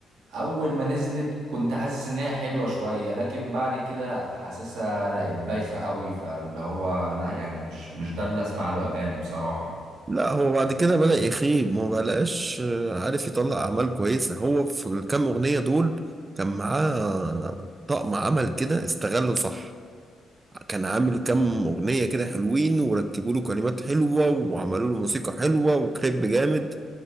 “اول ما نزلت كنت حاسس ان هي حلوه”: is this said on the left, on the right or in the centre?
Right